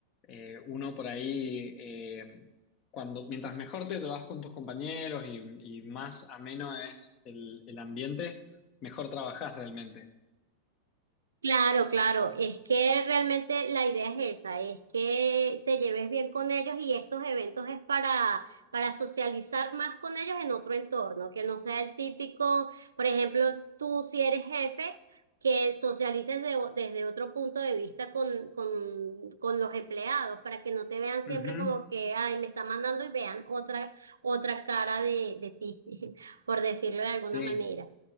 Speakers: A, on the left (about 35°); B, on the right (about 70°).
A: Eh, uno por ahí, eh, cuando, mientras mejor te llevas con tus compañeros y, y más ameno es el, el ambiente, mejor trabajas realmente.
B: Claro, claro, es que realmente la idea es esa, es que te lleves bien con ellos y estos eventos es para, para socializar más con ellos en otro entorno, que no sea el típico, por ejemplo, tú si eres jefe, que socialices de o- desde otro punto de vista con, con, con los empleados, para que no te vean
A: Ujú,
B: siempre como que, ay, me está mandando y vean otra, otra cara de, de ti, <laughs> por decirlo de alguna
A: Sí,
B: manera.